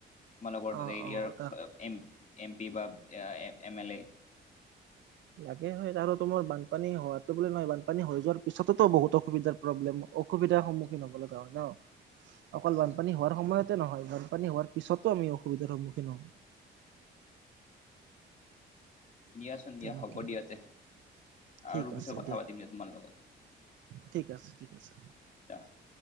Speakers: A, on the left; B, on the right.
A: মানে ঘৰটোৰ
B: অ
A: এৰিয়াৰ
B: অ তাক
A: এম এম পি বা এম এল এ
B: লাগে হয় ত' আৰু তোমাৰ বানপানী হোৱাতো বোলে নহয় বানপানী হৈ যোৱাৰ পিছততো বহুত অসুবিধাৰ প্ৰব্লেম অসুবিধাৰ সন্মুখীন হ'ব লগা হয় ন। অকল বানপানী হোৱাৰ সময়তে নহয় বানপানী হোৱাৰ পিছতো আমি অসুবিধাৰ সন্মুখীন হওঁ।
A: দিয়াচোন দিয়া
B: তেনেকে
A: হ'ব দিয়াতে,
B: ঠিক
A: আৰু
B: আছে
A: পিছত কথা পাতিম দিয়া তোমাৰ লগত।
B: ঠিক আছে ঠিক আছে।
A: <unintelligible>